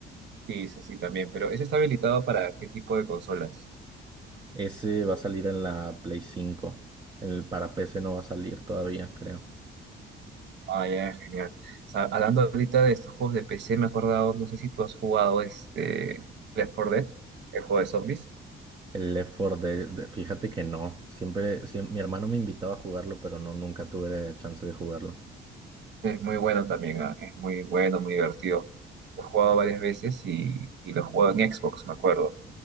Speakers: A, on the right (about 65°); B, on the right (about 25°).
A: Sí, eso sí, también. Pero ese está habilitado para qué tipo de consolas?
B: Ese va a salir en la Play cinco, El para PC no va a salir todavía, creo.
A: Ah, ya, genial. O sea, hablando ahorita de estos juegos de PC, me he acordado, no sé si tú has jugado este Left 4 Dead, el juego de zombies.
B: El Left 4 Dead, de- fíjate que no. Siempre, siem- mi hermano me invitaba a jugarlo, pero no, nunca tuve chance de jugarlo.
A: Es muy bueno también, ah, Es muy bueno, muy divertido. Lo he jugado varias veces y, y lo he jugado en Xbox, me acuerdo.